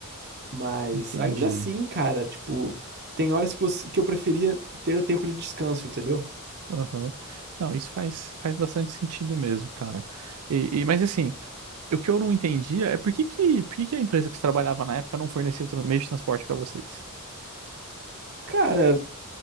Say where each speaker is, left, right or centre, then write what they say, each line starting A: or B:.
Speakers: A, on the right; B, on the right.
A: Mas
B: Entendi.
A: ainda assim, cara, tipo, tem horas que, você, que eu preferia ter o tempo de descanso, entendeu?
B: Aham. Não, isso faz, faz bastante sentido mesmo, cara. E, e- mas assim, o que eu não entendia é por que que, por que que a empresa que você trabalhava na época não fornecia o tran- meio de transporte pra vocês?
A: Cara,